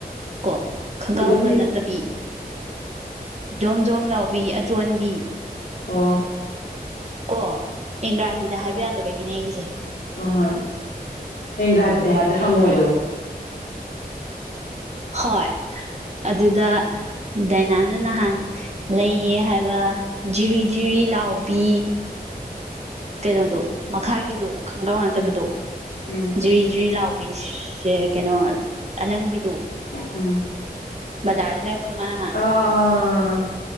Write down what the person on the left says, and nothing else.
ꯄꯨꯂꯞ
ꯑꯣ
ꯑꯍꯣꯏ ꯏꯪꯒ꯭ꯔꯥꯖꯤꯗ ꯍꯥꯏꯕꯗ ꯍꯪꯉꯣꯏꯗꯣ
ꯎꯝ ꯎꯝ
ꯎꯝ
ꯑꯥ